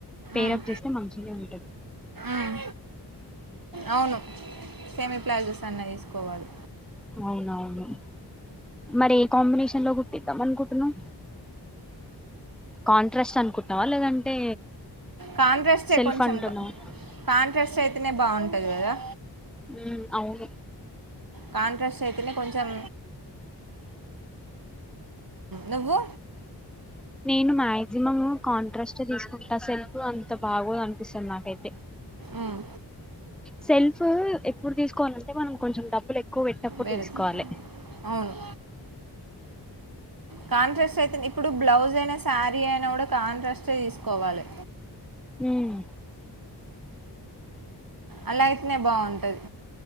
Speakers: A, in the centre; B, on the right.
A: ఫెయిరప్
B: ఉమ్,
A: చేస్తే మంచినే ఉంటది
B: ఉమ్. అవును సేమీ ప్లాజోస్ అన్నా తీసుకోవాలి
A: అవునవును మరి ఏ కాంబినేషన్ లో కుట్టిద్దాం అనుకుంటున్నావ్ కాంట్రాస్ట్ అనుకుంటున్నావా లేదంటే
B: కాంట్రెస్ట్
A: సెల్ఫ్
B: కొంచెం
A: అంటున్నావా
B: కాంట్రెస్ట్ అయితేనే బాగుంటది కదా
A: ఉమ్ అవును
B: కాంట్రాక్ట్ అయితేనే కొంచెం నువ్వు
A: నేను మాక్సిమమ్ కాంట్రాస్ట్ తీసుకుంటా సెల్ఫ అంత బాగోదు అనిపిస్తది నాకైతే
B: మ్,
A: సెల్ఫ్ ఎప్పుడు తీసుకోవాలంటే మనం కొంచెం డబ్ లు ఎక్కువ పెట్నప్పుడు
B: వేరేది
A: తీసుకోవాలే
B: అవును కాంట్రాక్ట్ అయితే ఇప్పుడు బ్లౌజ్ అయినా శారీ అయినా కూడా కాంట్రాక్ట్ తీసుకోవాలి
A: మ్మ్
B: అలా అయితేనే బాగుంటది